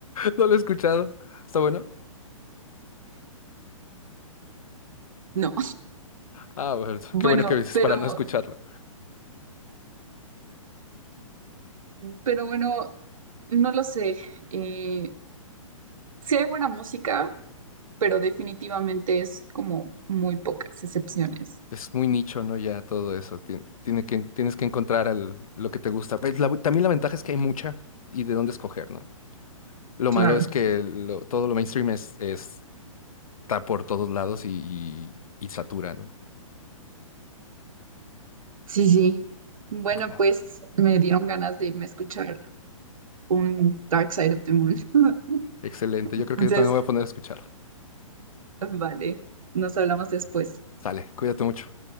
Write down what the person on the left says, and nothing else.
No lo he escuchado. ¿Está bueno?
Ah, bueno,
qué bueno que dices
para no escucharlo.
Es muy nicho, ¿no? Ya todo eso. Tien- Tiene que, tienes que encontrar al- lo que te gusta. Pues, la- también la ventaja es que hay mucha y de dónde escoger, ¿no? Lo
malo es que lo- todo lo mainstream es, es- está por todos lados y, y, y satura, ¿no?
Bu-
Excelente. Yo creo
que yo también voy a poner a escucharlo.
Sale, cuídate mucho.